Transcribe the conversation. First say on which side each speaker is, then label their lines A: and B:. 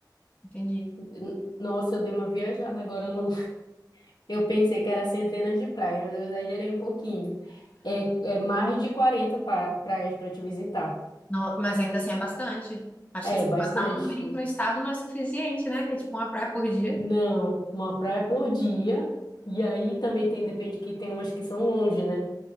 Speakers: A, on the left; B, on the left.
A: Entendi.
B: n- Nossa, eu dei uma viajada agora no. <laughs> Eu pensei que era centenas de praias, mas eu exagerei um pouquinho. É, é mais de 40 pa- praias para te visitar.
A: Não, mas ainda assim é bastante. Acho
B: É,
A: que se
B: bastante.
A: passar um mês no estado não é suficiente, né? Que é tipo uma praia por dia.
B: Não, uma praia por dia. E aí também tem, depende que tem umas que são longe, né?